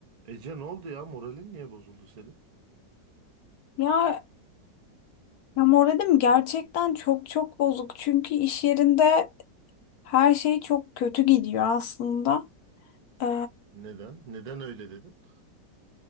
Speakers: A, on the right; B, on the left.
A: Ece ne oldu ya? Moralin niye bozuldu senin?
B: Ya, ya moralim gerçekten çok çok bozuk. Çünkü iş yerinde her şey çok kötü gidiyor aslında. Ee,
A: Neden? Neden öyle dedin?